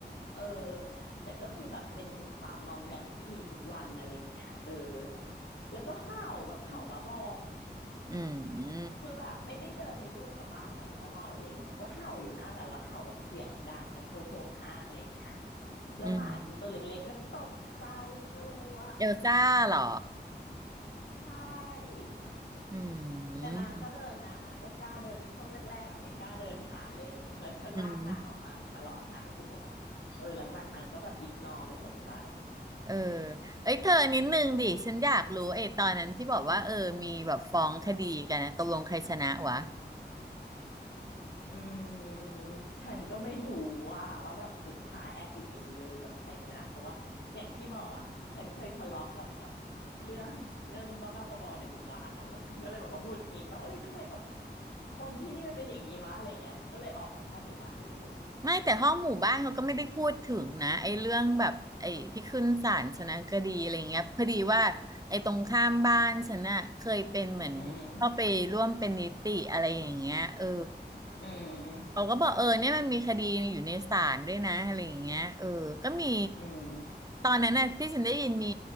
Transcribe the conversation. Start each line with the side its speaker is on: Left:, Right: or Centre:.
Left: เออแต่ก็คือแบบเป็นความมอมแมมที่มีทุกวันอะไรอย่างเงี้ยเออแล้วก็เห่าแบบเห่าบ้าบอ
Right: อืม
Left: คือแบบไม่ได้เดินไปยุ่งกับบ้านมันซะหน่อยอะไรอย่างเงี้ยก็เห่าอยู่นั่นแหละแล้วเห่าแบบเสียงดังกระโชกโฮกฮากอะไรอย่างเงี้ยแล้วหมาฉันตัวเล็กๆก็ตกใจกลัว
Right: อืมเอลซ่าเหรอ
Left: ใช่
Right: อืม
Left: แต่นางก็เดินนะนางก็กล้าเดินนะช่วงแรกๆอ่ะไม่กล้าเดินผ่านเลยแล้วก็ลากนางออกมาตลอดนางก็จะแบบเออหลังๆนางก็แบบอีกนอไม่สนใจ
Right: อืมเออเอ้ยเธอนิดนึงดิ ฉันอยากรู้ไอ้ตอนนั้นที่บอกว่าเออ มีแบบฟ้องคดีกันนะตกลงใครชนะวะ
Left: อืมฉันก็ไม่รู้ว่าว่าแบบสุดท้าย at the end เลยแบบใครชนะเพราะว่าอย่างที่บอกอ่ะฉันเคยทะเลาะกับแบบเรื่อง <laughs> เรื่องบ้าๆบอๆในหมู่บ้านอ่ะแล้วฉันก็เลยบอกว่าหงุดหงิดว่าเอ้ยทำไมแบบคนที่นี่มันเป็นอย่างนี้วะอะไรอย่างเงี้ยฉันก็เลยออกจากห้องหมู่บ้านไปเลย
Right: ไม่แต่ห้องหมู่บ้านเขาก็ไม่ได้พูดถึงนะไอ้เรื่องแบบไอ้ที่ขึ้นศาลชนะคดีอะไรเงี้ยพอดีว่าไอ้ตรงข้ามบ้านฉันน่ะเคยเป็นเหมือนเข้าไปร่วมเป็นนิติอะไรอย่างเงี้ยเออ
Left: อืมอืม
Right: เขาก็บอกเออเนี่ยมันมีคดีอยู่ในศาลด้วยนะอะไรอย่างเงี้ยเออก็มี
Left: อืม
Right: ตอนนั้นน่ะที่ฉันได้ยินมี